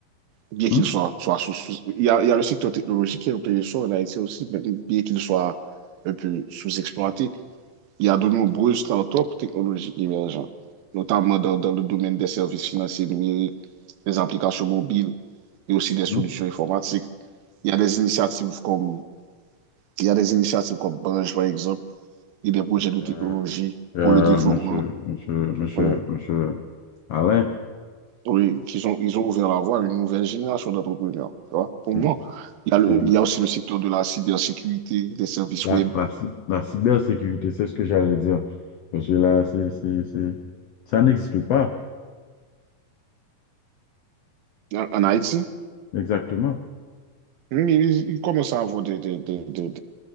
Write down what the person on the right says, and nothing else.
Bien
qu'il soit, soit sous, sous- il y a, il y a le secteur technologique qui est en plein essor en Haïti aussi, mais bien qu'il soit un peu sous-exploité. Il y a de nombreuses startups technologiques émergentes, notamment dans, dans le domaine des services financiers numériques, des applications mobiles et aussi des solutions
informatiques. Il y a des initiatives comme, il y a des initiatives comme Branch, par exemple, et des projets de
technologie
pour le développement.
Oui.
Oui, qu'ils ont, ils ont ouvert la voie à une nouvelle génération d'entrepreneurs. tu vois. Pour
moi, il y a le-
il
y a aussi le secteur de la cybersécurité, des services
web
en, en Haïti.
hum, Ils, ils commencent à avoir des, des, des-